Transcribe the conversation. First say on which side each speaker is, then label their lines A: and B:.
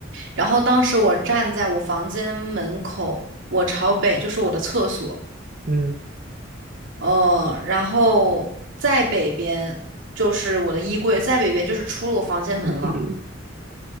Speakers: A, on the right; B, on the right.
A: 然后当时我站在我房间门口，我朝北就是我的厕所，
B: 嗯，
A: 嗯，然后再北边就是我的衣柜，再北边就是出了我房间门了，
B: <clears throat> 真